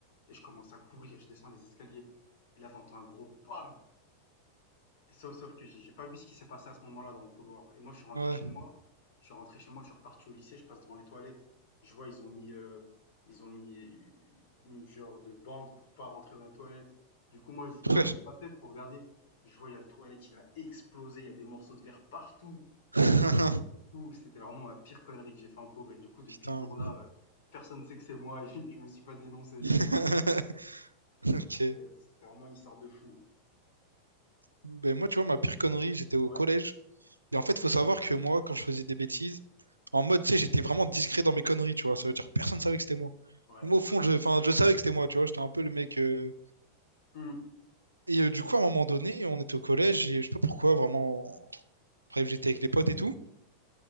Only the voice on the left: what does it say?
et je commence à courir. Je descends les escaliers. Et là, t'entends un gros bam! Sauf sauf que j'ai j'ai pas vu ce qui s'est passé à ce moment-là dans le couloir. Et moi, je suis rentré
chez moi. Je suis rentré chez moi, je suis reparti au lycée, je passe devant les toilettes. Je vois, ils ont mis, euh, ils ont mis une genre de bande pour pas rentrer dans les toilettes. Du coup, moi, je, tu vois,
je me passe tête pour regarder. Je vois, il y a le toilette, il a explosé, il y a des morceaux de verre partout.
Et du coup, c'était vraiment la pire connerie que j'ai fait en cours. Et du coup, depuis
ce jour-là, euh, personne ne sait que c'est moi. <laughs> et je me suis pas dénoncé.
Ouais, C'est vraiment une histoire de fou.
Ouais.
Ouais,
je
vois
le truc.
Hum,